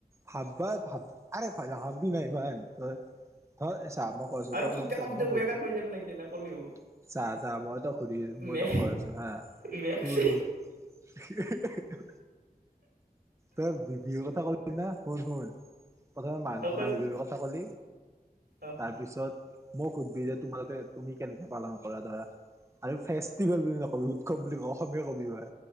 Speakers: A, on the right (about 20°); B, on the right (about 85°).
A: ভাব্জ ভাব আৰে ভা ভাবি নাই ইমান তই ধৰ চাহ মই কৰিছো
B: আৰু
A: তই
B: কিতা
A: প্ৰথমতে
B: শব্দ
A: মই সুধ
B: এটা কৈ যাম নেকি এনে ক'লে হ'ব
A: চাহ চাহ মই তোক সুধ মই
B: মে
A: তোক কৰিছো
B: মেক্সি
A: হুৰ হুৰ। তই বি বিহুৰ কথা ক'লি না শুন শুন প্ৰথমে মা
B: অ কচোন
A: মাঘ বিহুৰ কথা ক'ল
B: অ
A: তাৰপিছত মোক সুধবি যে তোমালোকে তুমি কেনেকে পালন কৰা ধৰা আৰু ফেষ্টিভেল বুলি নকবি উৎসৱ বুলি ক অসমীয়া কবি বা